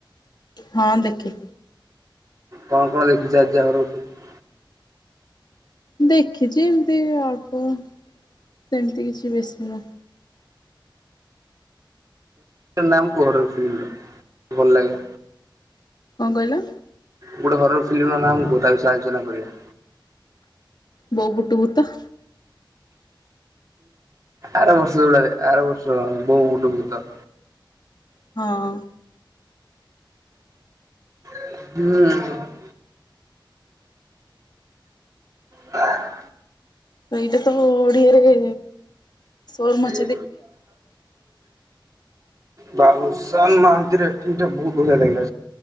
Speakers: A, on the left; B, on the right.
A: ହଁ ଦେଖେ।
B: କଣ କଣ ଦେଖିଚ ଆଜି ଆଉ ହରର୍ <unintelligible>
A: ଦେଖିଚି ଏମତି ଅଳ୍ପ ସେମିତି କିଛି ବେଶୀ ନୁହଁ।
B: ନା ମୁଁ କୋଉ ହରର୍ ଫିଲ୍ମର ଭଲ ଲାଗେ।
A: କଣ କହିଲ?
B: ଗୋଟେ ହରର ଫିଲ୍ମ ର ନାଁ ଗୋତାଲ ତା ବିଷୟରେ ଆଲୋଚନା କରିବା।
A: ବୋଉ ବୁଟୁ ଭୂତ।
B: ଆର ବର୍ଷ ବେଳେ ଆର ବର୍ଷ ବୋଉ ବୁଟୁ ଭୂତ।
A: ହଁ।
B: ହୁଁ। ହ <inaudible>
A: ଏଇଟା ତ ଓଡିଆରେ ସୋର ମା
B: ା <inaudible> ବାବୁଶାନ୍ ମହାନ୍ତି ର ଏ ଫିଲ୍ମ ଟା ବହୁତ ବଢିଆ ଲାଗିଲା